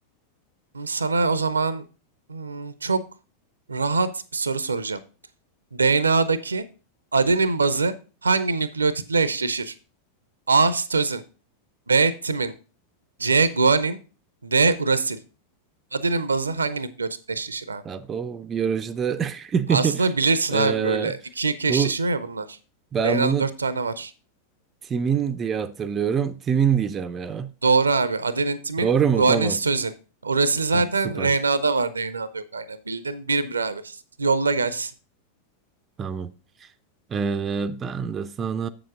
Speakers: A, on the right; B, on the right.
A: Hmm, Sana o zaman hmm, çok rahat bir soru soracağım. DNA'daki adenin bazı hangi nükleotitle eşleşir? A. Sitozin B. Timin. C. Guanin. D. Urasil. Adenin bazı hangi nükleotit eşleşir abi?
B: Abi o biyolojide
A: Aslında
B: <laughs>
A: bilirsin
B: eee,
A: abi böyle. 2 2 eşleşiyor
B: bu
A: ya bunlar.
B: ben
A: RNA'da
B: bunu
A: 4 tane var.
B: timin diye hatırlıyorum. Timin diyeceğim ya.
A: Doğru abi. Adenin, timin,
B: Doğru mu?
A: guanin,
B: Tamam.
A: sitozin. Urasil zaten
B: Ha, süper.
A: RNA'da var. DNA'da yok aynen bildin. bir bir abi. Yolla gelsin.
B: Tamam. Eee, ben de sana